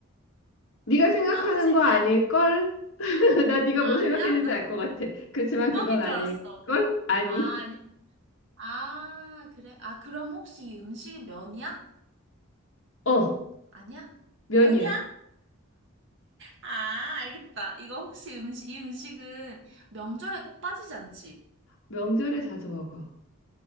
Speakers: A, on the left; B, on the right.
A: 네가 생각하는
B: 까만색이야?
A: 거 아닐걸? <laughs> 나 네가
B: 아,
A: 뭐 생각했는지
B: 아니야? 아,
A: 알 것 같아. 그렇지만
B: 김밥인
A: 그건 아닐걸?
B: 줄 알았어.
A: 아니.
B: 아, 아니야. 아, 그래? 아, 그럼 혹시 이 음식은 면이야?
A: 어,
B: 아니야?
A: 면이야.
B: 면이야? 아, 알겠다. 이거 혹시 음식, 이 음식은 명절에 꼭 빠지지 않지?
A: 명절에 자주 먹어.